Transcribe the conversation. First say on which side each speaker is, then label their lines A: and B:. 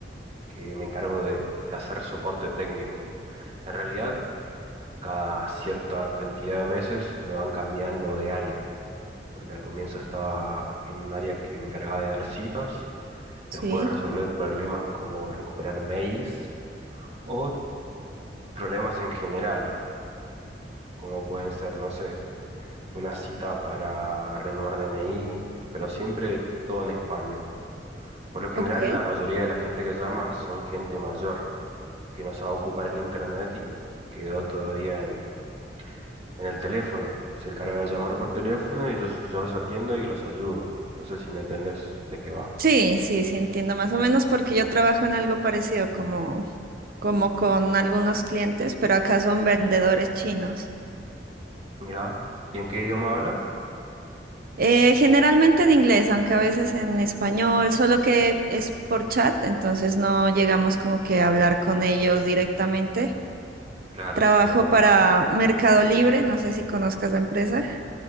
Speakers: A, on the right; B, on the right.
A: que me encargo de, de hacer soporte técnico. En realidad, cada cierta cantidad de meses me van cambiando de área. porque al comienzo estaba en un área que me encargaba de dar citas,
B: Sí,
A: después de resolver problemas como recuperar mails o problemas en general, como pueden ser, no sé, una cita para renovar DNI, pero siempre todo en España. Por lo general,
B: ok.
A: la mayoría de la gente que llama son gente mayor que no sabe ocupar el internet y quedó todavía en, en el teléfono. Se encarga de llamar por teléfono y yo, yo los atiendo y los ayudo. No sé si me entendés de qué va.
B: Sí, sí, sí, entiendo más o menos porque yo trabajo en algo parecido como, como con algunos clientes, pero acá son vendedores chinos.
A: Mirá, ¿y en qué idioma hablan?
B: Eh, generalmente en inglés, aunque a veces en español, solo que es por chat, entonces no llegamos como que a hablar con ellos directamente.
A: Claro,
B: Trabajo
A: te entiendo.
B: para Mercado Libre, no sé si conozcas la empresa.